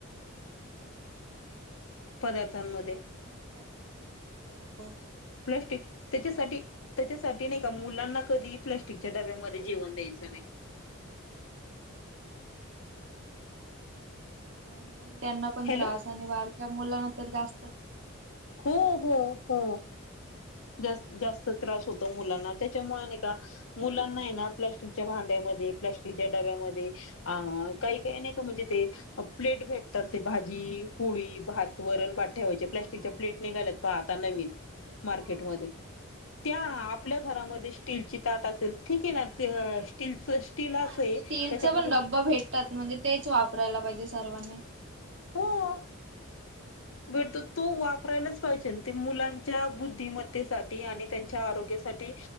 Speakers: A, on the right; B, on the left.
A: होय, होतच असत
B: पदार्थांमध्ये
A: होतच असेल ना हो.
B: प्लॅस्टिक त्याच्यासाठी त्याच्यासाठी नाही का मुलांना कधी प्लास्टिकच्या डब्यामध्ये जेवण द्यायचं नाही. <inaudible>
A: तेच ना त्यांनी पण त्यांना पण
B: हॅलो
A: त्रास आणि बारक्या मुलांना तर जास्तच
B: हो हो हो जास्त त्रास होतो मुलांना त्याच्यामुळे नाही का मुलांना ना प्लास्टिकच्या भांड्या डब्या प्लास्टिक च्या डब्यामध्ये आ काही काही नाही काते प्लेट भेटतात ते भात भाजी पोळी भात वरण भात ठेवायचे प्लास्टिकच्या
A: हा हा
B: प्लेट निघाल्यातना आता नवीन मार्केट
A: हा
B: मध्ये
A: बरोबर.
B: त्या आपल्या घरामध्ये स्टील ची ताट असेल ठीक आहे ना स्टीलच स्टील असं
A: आणि
B: आहे
A: स्टीलच
B: त्याच्यामधून
A: पण डब्बा भेटतात म्हणजे तेच वापरायला पाहिजे सर्वांनी
B: हो
A: ते
B: भेटतो तो वापरायलाच पाहिजे ना ते मुलांच्या बुद्धिमत्तेसाठी आणि त्यांच्या आरोग्यासाठी